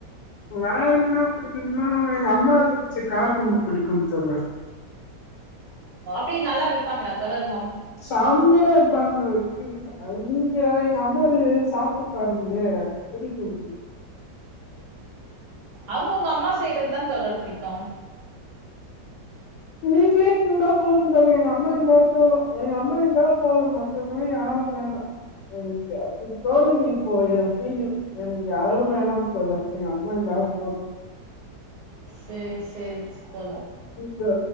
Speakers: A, on the left; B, on the right.
A: வேற என்ன அப்டிங்கன்னா எங்க அம்மாது சேர் காரக் குழம்பு பிடிக்கும் தோழர்
B: பி நல்லா வெப்பாங்களா தோழரு
A: செம்மையா வெப்பாங்க வெச்சுருக்கே அதுவு ஏ எங்க அம்மாது சாப்ட்டு பாருங்ளே புடிக்கு உங்களுக்கு
B: அவ்ங்கவ்ங்க அம்மா செய்றதுதா தோழர் புடிக்கு
A: நீங்ளே இருந்தா போதும் தோழர் எங்க அம்மா இருந்தா தோணு எங்க அம்மா இருந்தா போதும் மத்தவ்ங்களா யா ரு வேணா எனக்கு அப்டி தோணுது இப்போ ஏ வேணு எனக்கு யாரு வேணா தோழர் எங்க அம்மா இருந்தாலு போது
B: சேரி சேரி தோழர்
A: <unintelligible> தா